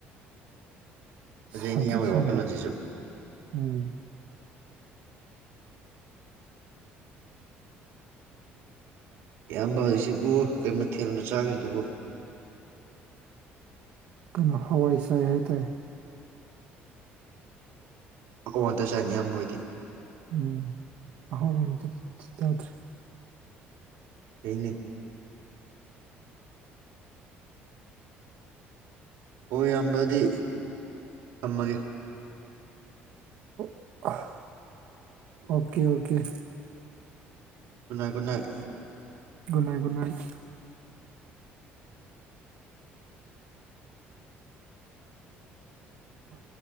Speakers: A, on the right; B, on the right.
A: ꯁꯥꯡꯇ꯭ꯔꯤꯛ
B: ꯖꯅꯤ ꯏꯌꯥꯝꯕꯩ
A: ꯁꯪꯕ
B: ꯋꯥꯈꯜꯂꯣꯟꯖꯤꯖꯨ
A: ꯎꯝ
B: ꯏꯌꯥꯝꯕ ꯍꯧꯖꯤꯛꯁꯤꯕꯨ ꯀꯩ ꯃꯊꯦꯜꯅ ꯆꯥꯔꯤꯗꯨꯕꯣ
A: ꯀꯩꯅꯣ ꯍꯋꯥꯏ ꯁꯥꯏ ꯍꯥꯏ ꯇꯥꯏ
B: ꯑ ꯋꯥ ꯇꯆꯥꯏꯅꯤꯌꯥꯝꯕꯣꯏꯗꯤ
A: ꯎꯝ ꯑꯍꯥꯎꯕ ꯅꯠ ꯇ ꯇ ꯆꯥꯗ꯭ꯔꯦ
B: ꯑꯩꯅꯦ ꯑꯣ ꯌꯥꯝꯕꯗꯤ ꯊꯝꯃꯒꯦ
A: ꯑꯣ ꯑꯥꯍ ꯑꯣꯀꯦ ꯑꯣꯀꯦ
B: ꯒꯨꯗ ꯅ good night
A: good night good night ꯑ